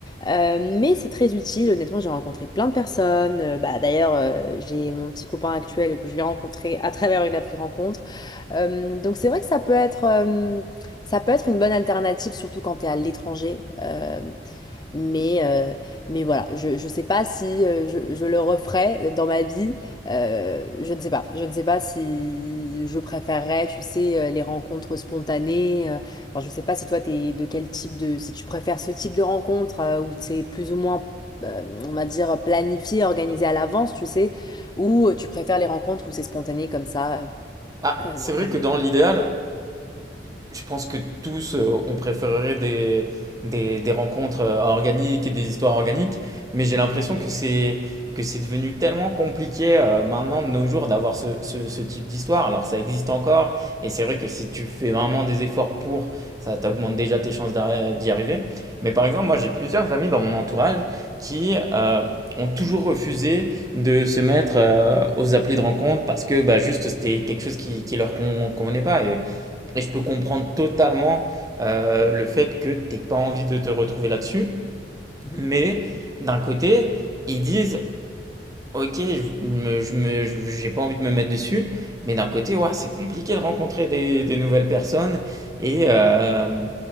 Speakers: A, on the left (about 25°); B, on the right (about 20°).
A: euh, mais c'est très utile. Honnêtement, j'ai rencontré plein de personnes. Euh, bah, d'ailleurs, euh, j'ai mon petit copain actuel que je l'ai rencontré à travers une appli de rencontre. Euh, donc c'est vrai que ça peut être, euh, ça peut être une bonne alternative, surtout quand tu es à l'étranger. Euh, mais, euh, mais voilà, je je sais pas si euh, je, je le referais dans ma vie. Euh, je ne sais pas. Je ne sais pas si je préférerais, tu sais, euh, les rencontres spontanées. euh. alors je sais pas si toi, t'es de quel type de... Si tu préfères ce type de rencontre euh, où c'est plus ou moins... euh, on va dire planifié, organisé à l'avance, tu sais, ou tu préfères les rencontres où c'est spontané comme ça
B: Ah,
A: euh,
B: c'est
A: dans
B: vrai
A: la
B: que dans l'idéal, Je pense que tous, euh, on préférerait des, des, des rencontres euh, organiques et des histoires organiques, mais j'ai l'impression que c'est que c'est devenu tellement compliqué euh, maintenant de nos jours d'avoir ce, ce- ce type d'histoire. Alors ça existe encore, et c'est vrai que si tu fais vraiment des efforts pour, ça t'augmente déjà tes chances d'arri- d'y arriver. Mais par exemple, moi j'ai plusieurs amis dans mon entourage qui euh, ont toujours refusé de se mettre euh, aux applis de rencontre parce que bah, juste c'était quelque chose qui, qui leur con- convenait pas. Et et je peux comprendre totalement euh, le fait que t'aies pas envie de te retrouver là-dessus.
A: vie.
B: Mais d'un côté, ils disent OK, je me je me je j'ai pas envie de me mettre dessus, mais d'un côté, ouah, c'est compliqué de rencontrer des des nouvelles personnes et hem
A: hein